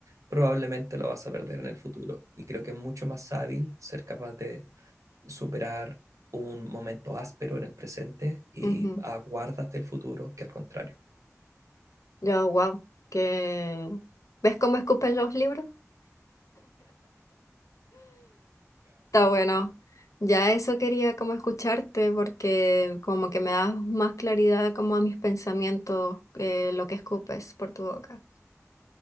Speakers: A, on the right; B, on the left.
A: Probablemente lo vas a perder en el futuro y creo que es mucho más hábil ser capaz de superar un momento áspero en el presente y
B: Ujú.
A: aguardas del futuro que al contrario.
B: Yo, wow, que... ¿Ves cómo escupen los libros? Está bueno. Ya eso quería como escucharte porque como que me das más claridad como a mis pensamientos eh, lo que escupes por tu boca.